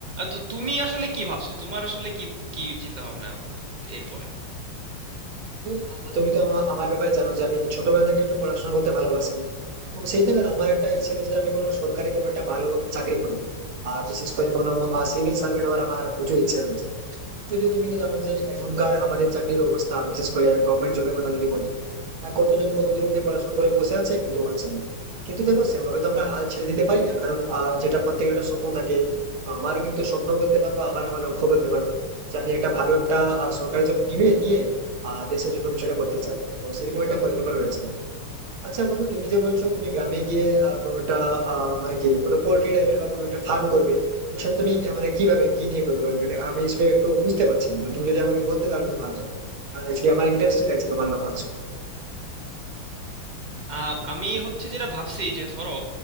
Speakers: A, on the right; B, on the right.
A: তো তুমি আসলে কি ভাবছো তোমার আসলে কি কি চিন্তা ভাবনা এরপরে
B: বন্ধু, আহ, তুমি তো আমা- আমার ব্যাপারে জানো যে আমি ছোটবেলা থেকে একটু পড়াশোনা করতে ভালোবাসি তো সেই থেকে না আমার একটা ইচ্ছে রয়েছে যে আমি কোনো সরকারি কোনো একটা ভালো চাকরি করবো আর বিশেষ করে কোনো সিভিল সার্ভেন্ট হওয়ার আমার প্রচুর ইচ্ছে রয়েছে যদিও তুমি তো জানো যে এখনকার আমাদের চাকরির অবস্থা বিশেষ করে গভর্নমেন্ট জবের কথা যদি বলি আর কতজন কত দূর অব্দি পড়াশোনা করে বসে আছে কিন্তু হচ্ছে না কিন্তু দেখো সেভাবে তো আমরা হাল ছেড়ে দিতে পারি না কারণ আহ, যেটা প্রত্যেকের একটা স্বপ্ন থাকে তো আমার কিন্তু স্বপ্ন বলতে পারো আবার আমার লক্ষ্য বলতে পারো যে আমি একটা ভালো একটা আহ, সরকারি জব নিয়ে নিয়ে আহ, দেশের জন্য কিছু একটা করতে চাই তো সেরকম একটা পরিকল্পনা রয়েছে আচ্ছা বন্ধু তুমি যে বলছো তুমি গ্রামে গিয়ে আহ, কোনোটা আহ, মানে কি কোনো পোল্ট্রি টাইপের বা কোনো একটা ফার্ম করবে তো সেটা তুমি আহ, মানে কিভাবে কি নিয়ে করবে মানে এটা আমি আসলে একটু বুঝতে পারছি না তুমি যদি আমাকে বলতে তাহলে একটু ভালো হয় কারণ অ্যাকচুয়ালি আমার ইন্টারেস্টেড আছে তোমার লক্ষ্য
A: আহ, আমি হচ্ছে যেটা ভাবছি যে ধরো